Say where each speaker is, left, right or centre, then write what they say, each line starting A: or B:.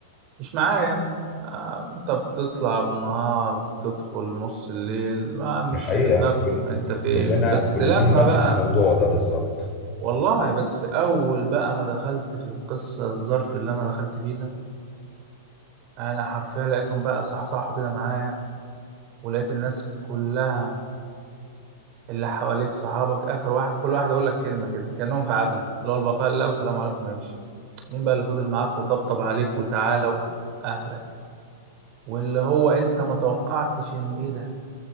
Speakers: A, on the right (about 45°); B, on the left (about 30°).
A: مش معايا آه، انت بتطلع بالنهار تدخل نص الليل ما مش
B: دي حقيقة
A: في دماغهم
B: كل-
A: انت فين
B: كلنا
A: بس
B: كلنا
A: لما
B: نفس
A: بقى
B: الموضوع ده بالظبط
A: والله بس اول بقى ما دخلت في القصة الظرف اللي انا دخلت فيه ده انا حرفيا لقيتهم بقى صحصحوا كده معايا ولقيت الناس كلها اللي حواليك صحابك اخر واحد كل واحد يقول لك كلمة كده كأنهم في عزا اللي هو البقاء لله والسلام عليكم يمشي مين بقى اللي فضل معاك وطبطب عليك وتعالى اهلك واللي هو انت ما توقعتش ان ايه ده